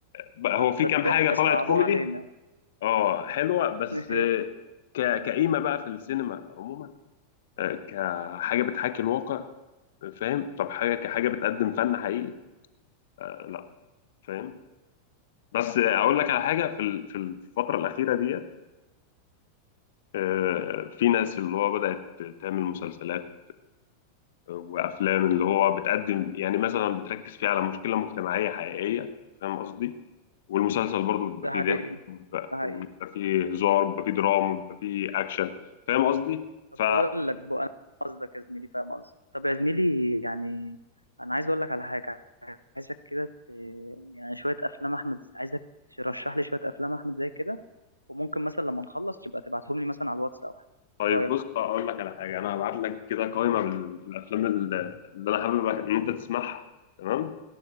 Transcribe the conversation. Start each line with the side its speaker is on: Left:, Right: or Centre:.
Left: بقى
Right: حتى
Left: هو في كام
Right: الضحك
Left: حاجه طلعت
Right: صعبوه
Left: كوميدي
Right: علينا
Left: اه حلوه بس
Right: <laughs>
Left: آه، ك- كقيمه بقى في السينما عموما آه، كحاجه بتحاكي الواقع فاهم طب حاجه كحاجه بتقدم فن حقيقي آه، لا فاهم بس آه، اقول لك على حاجه في ال- في الفتره الاخيره ديت آه، في ناس اللي هو بدات تعمل مسلسلات وافلام اللي هو بتقدم يعني مثلا بتركز فيه على مشكله مجتمعيه حقيقيه فاهم قصدي والمسلسل برضو بيبقى
Right: ده
Left: فيه
Right: حقيقي
Left: ضحك وبيبقى
Right: ده حقيقي
Left: وبيبقى فيه هزار وبيبقى فيه دراما وبيبقى فيه اكشن فاهم قصدي
Right: طب
Left: ف
Right: بقول لك بقى انا فاهم قصدك يا زميلي فاهم قصدك طب يا زميلي يعني انا عايز اقول لك على حاجة عايزك كده ت... يعني شوية افلام احمد عايزك ترشح لي شوية افلام احمد زي كده وممكن مثلا لما نخلص تبقى تبعتهم لي مثلا على الواتس او حاجة
Left: طيب
Right: ايه رأيك
Left: بص اقول لك على حاجه انا هبعت لك كده قائمه بال- بالافلام اللي اللي انا حابب ان انت تسمعها تمام